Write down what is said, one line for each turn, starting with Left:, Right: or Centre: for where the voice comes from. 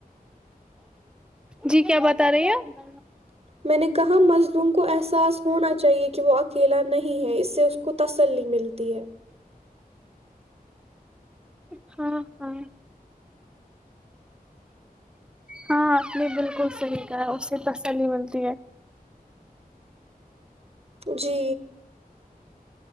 Centre: جی کیا بتا رہی ہیںپ
Right: میں نے کہا مزدوم کو احساس ہونا چاہیے کہ وہ کھیلا نہیں ہے اس سے اس کو تسلی ملتی ہے
Centre: ہاں ہاں ہاں اپ نے بالکل صحیح کا ہے اس سے تسلیلی ملتی ہے
Right: جی